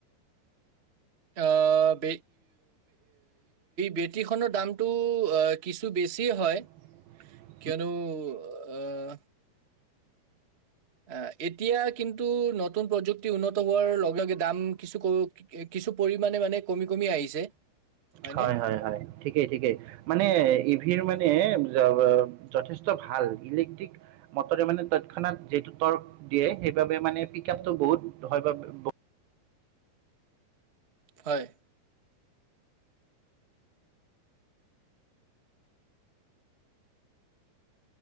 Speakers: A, on the right (about 60°); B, on the right (about 80°).
A: আ <unintelligible> বেটৰীখনৰ দামটো আ কিছু বেছি হয়
B: <inaudible>
A: কিয়নো আ' আ এতিয়া কিন্তু নতুন প্ৰযুক্তি উন্নত হোৱাৰ লগে লগে দাম কিছু কো কে কিছু পৰিমাণে মানে কমি কমি আহিছে। হয়নে?
B: হয় হয় হয়। ঠিকেই ঠিকেই মানে ইভিৰ মানে <unintelligible> যথেষ্ট ভাল ইলেক্ট্ৰিক মটৰে মানে তৎক্ষণাত যিটো তৰ্ক দিয়ে সেইবাবে মানে পিক আপটো বহুত হয় বা ব
A: হয়।